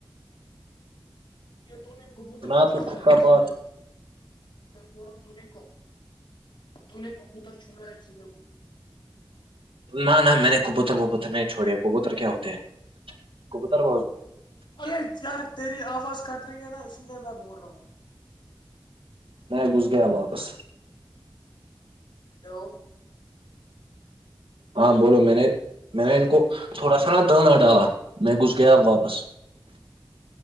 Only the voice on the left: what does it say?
یہ تو نے کبوتر
چھوڑا
ہے
اسی
لیے میںا ہ ت تیں کبوتر چھوڑا ہے <unintelligible>
ہے
ارے یار تیری آواز کٹ رہی ہے نا اسی لیے میں بول رہا ہوں <unintelligible>
ہلو